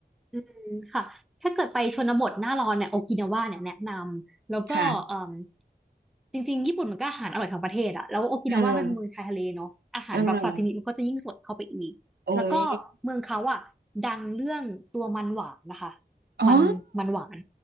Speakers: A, in the centre; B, on the right.
A: อืมค่ะถ้าเกิดไปชนบทหน้าร้อนเนี่ยโอกินาวาเนี่ยแนะนำแล้วก็เอ่ม
B: ค่ะ
A: จริงๆญี่ปุ่นมันก็อาหารอร่อยทั้งประเทศอะแล้วโอกินาวามันเป็นเมืองชายทะเลเนาะอาหารแบบซาซิมิมันก็จะยิ่งสดเข้าไปอีกแล้วก็เมืองเขาอะดังเรื่องตัวมันหวานนะคะ
B: อืมเออ โอ้ยอ๋อ
A: มันมันหวาน